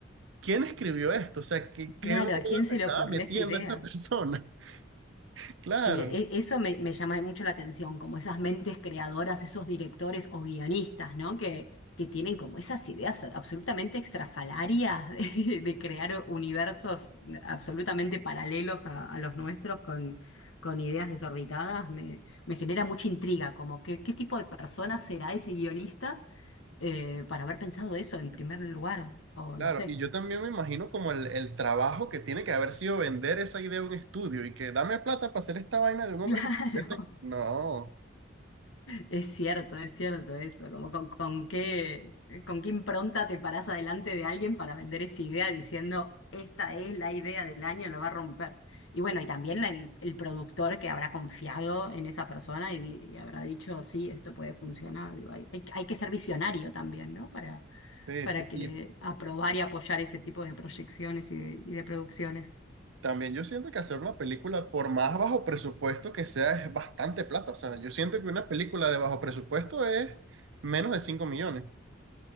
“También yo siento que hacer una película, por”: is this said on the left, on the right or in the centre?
Right